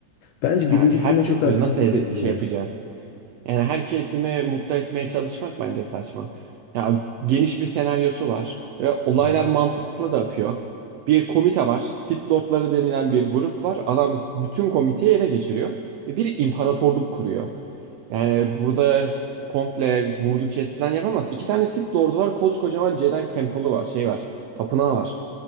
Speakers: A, on the left; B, on the right.
A: Bence
B: Ya
A: birinci
B: herkes
A: filme çok haksızlık
B: mi nasıl ede-
A: ediliyor.
B: şey yapacaksın? Yani her kesimi mutlu etmeye çalışmak bence saçma. Ya geniş bir senaryosu var ve olaylar
A: Evet.
B: mantıklı da akıyor. Bir komite var. Sith Lordları denilen bir grup var. Adam bütün komiteyi ele geçiriyor ve bir imparatorluk kuruyor. Yani burada komple vurdu kestilen yapamaz. İki tane Sith Lord'u var. Koskocaman Jedi Temple'ı var. Şey var. Tapınağı var.